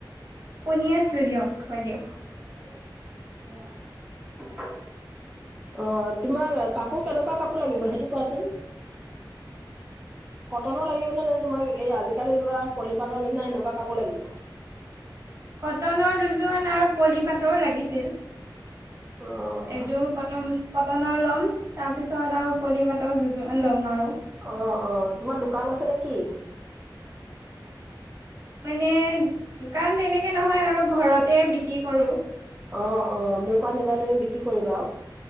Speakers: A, on the right; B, on the right.
A: <unintelligible>
B: শুনি আছো দিয়ক বাইদেউ
A: অ', তোমাক কাপোৰ কেনেকুৱা কাপোৰ লাগিব, সেইটো কোৱাচোন? কটনৰ লাগিবনে? নে তোমাক এই আজিকালি ওলোৱা পলিপাতৰ নিচিনা সেনেকুৱা কাপোৰ লাগিব?
B: কটনৰ দুযোৰ আৰু পলিপাতৰো লাগিছিল।
A: অ'
B: এযোৰ পটন কটনৰ ল'ম, তাৰ পিছত আৰু পলিপাতৰ দুযোৰমান ল'ম আৰু।
A: অ', অ', তোমাৰ দোকান আছে নেকি?
B: মানে দোকান তেনেকে নহয় আৰু ঘৰতে বিক্ৰী কৰো
A: অ', অ', মোৰ পা নিবা তুমি বিক্ৰী কৰিবা আৰু।